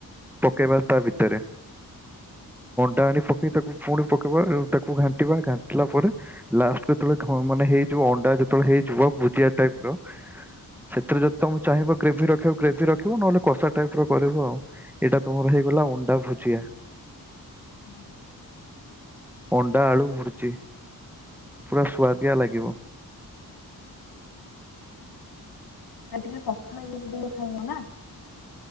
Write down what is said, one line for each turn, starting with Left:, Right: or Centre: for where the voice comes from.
Centre: ପକେଇବା ତା ଭିତରେ। ଡାହାଣି ପକେଇ ତାକୁ ପୁଣି ପକେଇବା ତାକୁ ଘାଣ୍ଟିବା ଘାଣ୍ଟିଲା ପରେ ଲାଷ୍ଟ ଯେତେବେଳେ ମାନେ ହେଇଯିବ ଅଣ୍ଡା ଯେତେବେଳେ ହେଇଯିବ ଭୁଜିଆ ଟାଇପର ସେଥିରେ ଯଦି ତମେ ଚାହିଁବ ଗ୍ରେଭି ରଖିବା ଗ୍ରେଭି ରଖିବ ନହେଲେ କଷା ଟାଇପ ର କରିବ ଆଉ। ଏଇଟା ତମର ହେଇଗଲା ଅଣ୍ଡା ଭୁଜିଆ।
Left: ହୁଁଁ।
Centre: ଅଣ୍ଡା ଆଳୁ ଭୁର୍ଜି ପୁରା ସୁଆଦିଆ
Left: ହଁ।
Centre: ଲାଗିବ।
Left: ସେଇଥିରେ ପଖାଳ ବି ଖାଇବ ନା?